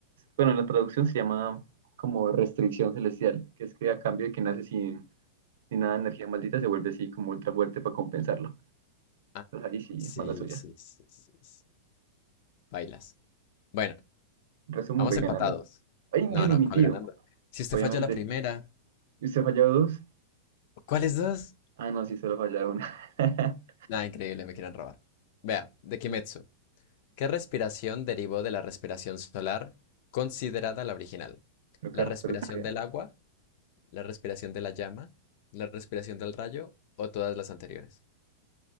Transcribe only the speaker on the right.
bueno, en la traducción se llama como restricción celestial, que es que a cambio de que nace sin, sin nada de energía maldita se vuelve así como ultra fuerte para compensarlo.
Entonces ahí sí,
mala suya.
En resumen,
voy
ganando. ¡Ay,
gana
mi
tío!
Obviamente.
¿Y usted ha fallado dos?
Ah, no, sí, solo ha fallado una. <laughs>
No,
Carlos,
pero usted,